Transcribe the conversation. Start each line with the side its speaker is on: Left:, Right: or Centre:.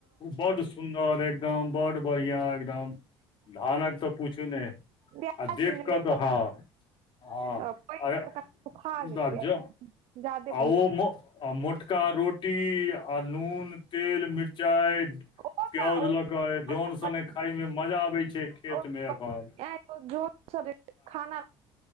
Left: बड़ सुन्दर एकदम बड़ बढ़िया एकदम। भानक तऽ पूछू ने
Right: प्याज
Left: आ देख
Right: देने
Left: कऽ
Right: रहियै
Left: तऽ ह हँ
Right: पानि
Left: अर
Right: सुखा गेलै जादे
Left: आउ
Right: पानि
Left: <unintelligible> आ मोटका रोटी आ नून तेल मिरचाई
Right: ओ
Left: पियौज लऽ कऽ
Right: तऽ
Left: जन स ने खाय मे मजा आबै छै खेत
Right: ओ
Left: मे एखन
Right: <unintelligible> खाना